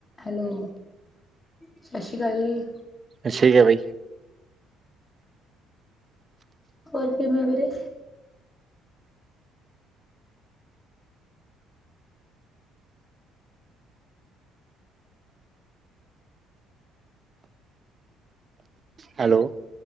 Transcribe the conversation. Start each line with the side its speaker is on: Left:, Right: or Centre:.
Left: Hello, ਸਾਸ ਸ੍ਰੀ ਕਾਲ ਜੀ।
Right: ਸਸ ਸ੍ਰੀ ਕਾਲ ਬਾਈ।
Left: ਹੋਰ ਕਿਵੇਂ ਵੀਰੇ?
Right: ਹੈਲੋ